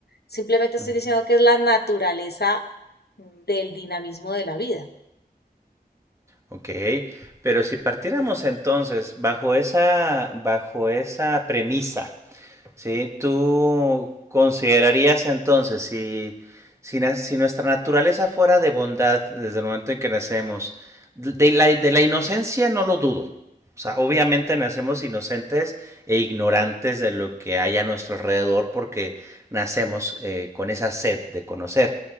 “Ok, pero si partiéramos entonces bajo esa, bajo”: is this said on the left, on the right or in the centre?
Right